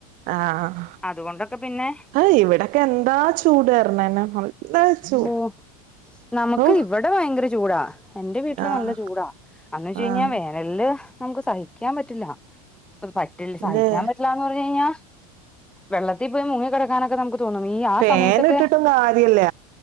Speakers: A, on the right; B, in the centre.
A: ആ ആ
B: അതുകൊണ്ടൊക്കെ പിന്നെ
A: ആ ഇവിടെക്കെ എന്താ <unintelligible> നല്ല ചൂ
B: ഓ നമുക്ക്
A: ഓ
B: ഇവിടെ ഭയങ്കര ചു ചൂടാ എന്റെ വീട്ടില്
A: ആഹ്
B: നല്ല ചൂടാ അന്ന് വെച്ച കഴിഞ്ഞാ
A: ആഹ്
B: വേനല് ചു നമുക്ക് സഹിക്കാൻ പറ്റില്ല അത് പറ്റില്ല
A: അല്ലെ
B: സഹിക്കാൻ പറ്റില്ലന്ന് പറഞ്ഞഴിഞ്ഞാൽ വെള്ളത്തിൽ പോയി മുങ്ങി കിടക്കാനൊക്കെ നമുക്ക് തോന്നും ഈ ആ
A: ഫാൻ
B: സമയത്തൊക്കെ
A: ഇട്ടിട്ടും കാര്യല്ല